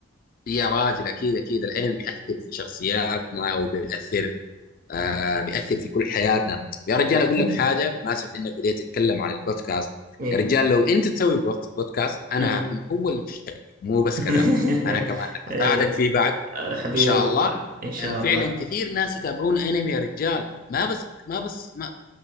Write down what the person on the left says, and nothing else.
يا راجل أكيد أكيد العلم بيأثر في شخصياتنا وبيأثر آه بيأثر في كل حياتنا يا
رجال أقول لك حاجة بمناسبة إنك بديت تتكلم عن البودكاست
يا رجال لو أنت تسوي بوت- بودكاست أنا
هكون هو المشترك مو بس
كذا أنا كمان هساعدك
فيه بعد
إن
شاء الله
لأن فعلا
كثير ناس يتابعون أنمي يا رجال ما بس ما بس ما